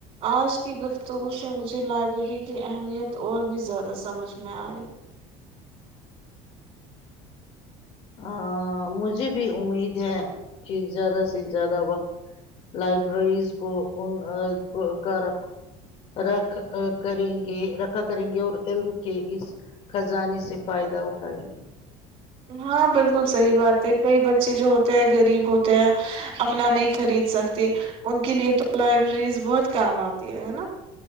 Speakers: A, on the right; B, on the left.
A: آج کی گفتگو سے مجھے لائبریری کی اہمیت اور بھی زیادہ سمجھ میں آئی
B: ا مجھے بھی امید ہے کہ زیادہ سے زیادہ وقت لائبریریز کو ان کا رکھو رکھ کریں گے رکھا کریں گے اور علم کے اس خزانے سے فائدہ اٹھائیں گے
A: ہاں بالکل صحیح بات ہے کئی بچے جو ہوتے ہیں غریب ہوتے ہیں اپنا نہیں خرید سکتے ان کے لیے تو لائبریریز بہت کام آتی ہے ہے نا